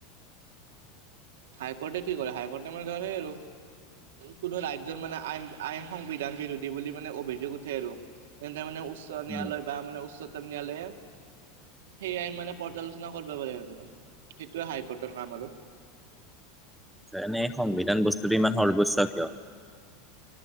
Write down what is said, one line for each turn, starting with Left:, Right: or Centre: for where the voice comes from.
Right: হাই কোৰ্টে কি কৰে হাই কোৰ্টে আমাৰ ঘৰ হয় আৰু। কোনো ৰাজ্যৰ মানে আইন আইন সংবিধান বিৰোধী বুলি মানে অভিযোগ উঠে আৰু। তেন্তে মানে উচ্চ নয়্যলয়
Centre: উম,
Right: বা মানে উচ্চতম নয়্যলয়ে সেই আইন মানে পৰ্যালোচনা কৰিব পাৰে আৰু মানে সেইটোৱে হাই কৰ্টৰ কাম আৰু।
Centre: এনে সংবিধান বস্তুটো ইমান সৰ্বচ্চ কিয়।